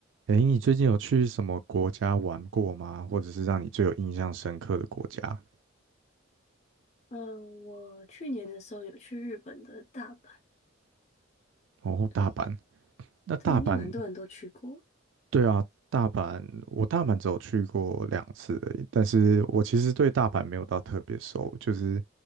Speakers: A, on the right (about 65°); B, on the left (about 35°).
A: 诶，你最近有去什么国家玩过吗？或者是让你最有印象深刻的国家？
B: 嗯，我去年的时候有去日本的大阪，
A: 哦，
B: 对
A: 大阪。那大阪，
B: 对，应该蛮多人都去过。
A: 对啊，大阪，我大阪只有去过两次而已，但是我其实对大阪没有到特别熟。就是